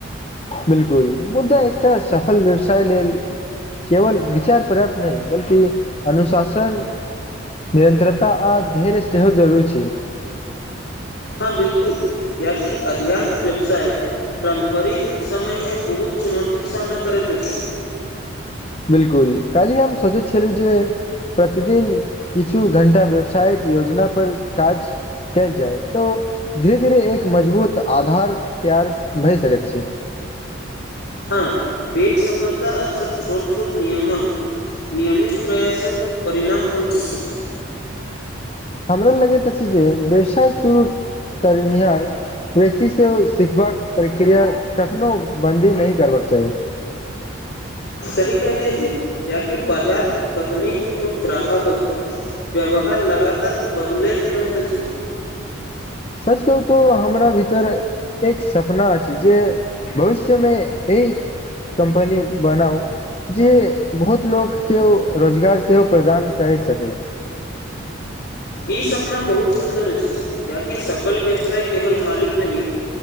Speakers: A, on the left (about 30°); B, on the left (about 55°).
A: बिल्कुल मुदा एकटा सफल व्यवसाय लेल केवल विचार पर्याप्त नहि, बल्कि अनुशासन निरंतरता आ धैर्य सेहो जरुरी छै।
B: हाँ बिल्कुल कियाकि अधियांश व्यवसाय प्रारम्परिक समय मे बहुत चुनौतिक सामना करैत अछि।
A: बिल्कुल कल्हि हम सोचै छलि जे प्रतिदिन किछु घंटा व्यवसायक योजना पर काज काएल जाय तो धीरे-धीरे एक मजबूत आधार तैयार भय सकैत छी।
B: हाँ पैघ सफलता अक्सर छोट-छोट नियमक नियमित प्रयासक परिणाम होएत अछि।
A: हमरा लगैत अछि जे व्यवसाय शुरू करनिहार व्यक्ति सेहो सिखबाक प्रक्रिया कखनो बंदी नहि करबाक चाही।
B: सही केहलै जी कियाकि बजार, तकनीक और ग्राहक व्यवहार लगातार बदलैत रहैत अछि।
A: सच कहु तो हमरा भीतर एक सपना अछि जे भविष्य मे एहि कम्पनी बनाउ। जे बहुत लोक के ओ रोजगार सेहो प्रदान कैर सकै।
B: ई सपना बहुत सुन्दर अछि कियाकि सफल व्यवसाय केवल मालिक नहि